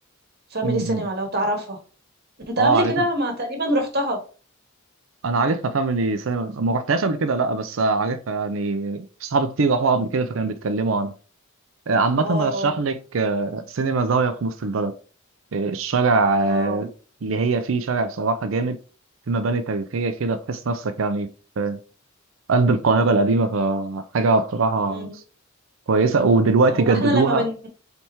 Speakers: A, on the right; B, on the right.
A: فاميلي
B: م- م.
A: سينما لو تعرفها انت
B: آه
A: قبل
B: عارفها
A: كده ما تقريبا رحتها
B: انا عارفها فاميلي سينما ما رحتهاش قبل كده لا بس عارفها يعني صحابي كتير راحوا قبل كده فكانوا بيتكلموا عنها آه، عامة
A: اه
B: رشح لك آه، سينما زاوية في نص البلد آه، الشارع آه،
A: اه
B: اللي هي فيه شارع بصراحة جامد في مباني تاريخية كده تحس نفسك يعني في قلب القاهرة القديمة فحاجة بصراحة
A: مم.
B: كويسة ودلوقتي
A: هو
B: جددوها
A: احنا لما بن